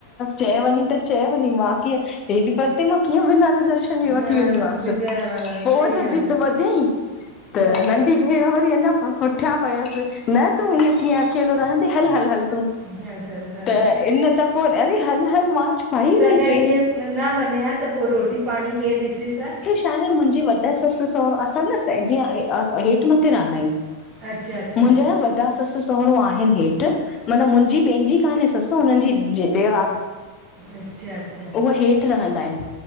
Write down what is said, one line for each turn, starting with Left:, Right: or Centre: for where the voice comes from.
Left: चए वञी त चए वञी, मां कीअ हेॾी परते मां कीअं बिना रिजर्वेश जेन बि वठी
Right: हा
Left: वेंदीमसि।
Right: बिजा
Left: पो
Right: हा सही
Left: जो
Right: ॻाल्हि
Left: ज़िद वधियई, त
Right: आहे हा
Left: नंढी भेण वरी अञा पुठियां पयसि, न तूं ईअं कीअ अकेलो रहंदे, हल- हल- हल
Right: हलो हलो हलो
Left: त इन त पोइ, अड़े हल- हल मां भाई हिनजी
Right: त अगरि
Left: ट्रेन
Right: जीअं न वञे हा, त पोइ रोटी पाणी केरु ॾिसे सां?
Left: छाहे मुंहिंजी वॾा ससु सहुरा, असां न जीअं हेठि मथे रहंदा आहियूं।
Right: अच्छा अच्छा
Left: मुंहिंजा न वॾा ससु आहिनि हेठि, मतलब मुंहिंजी पंहिंजी कान्हे ससु हुननि जीे ॾेराणी
Right: अच्छा अच्छा
Left: उहा हेठि रहंदा आहिन।